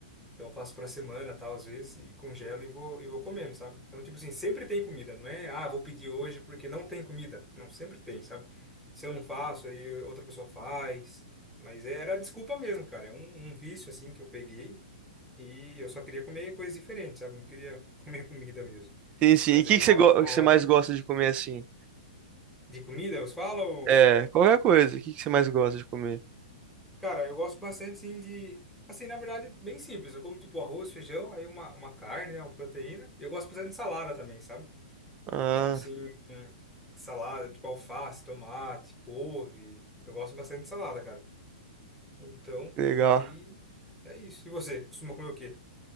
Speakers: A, in the centre; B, on the right (about 30°).
A: Então, eu faço pra semana, tal, às vezes, e congelo e vou, e vou comendo, sabe? Então, tipo assim, sempre tem comida, não é, ah, vou pedir hoje porque não tem comida. Não, sempre tem, sabe? Se eu não faço, aí outra pessoa faz. Mas era desculpa mesmo, cara. É um, um vício, assim, que eu peguei e eu só queria comer coisas diferentes, sabe? Não queria <laughs> comer comida mesmo.
B: Sim, sim.
A: Mas
B: E o que
A: aí uma,
B: que você, go-
A: uma
B: que você
A: hora
B: mais gosta de comer assim?
A: de comida, você fala? Ou...
B: É, qualquer coisa. O que que você mais gosta de comer?
A: Cara, eu gosto bastante, sim, de... Assim, na verdade, bem simples. Eu como, tipo, arroz, feijão, aí uma, uma carne, né, uma proteína. Eu gosto bastante de salada também, sabe?
B: Ah,
A: Então, assim, hum, salada, tipo, alface, tomate, couve. Eu gosto bastante de salada, cara. Então,
B: legal.
A: aí é isso. E você, costuma comer o quê?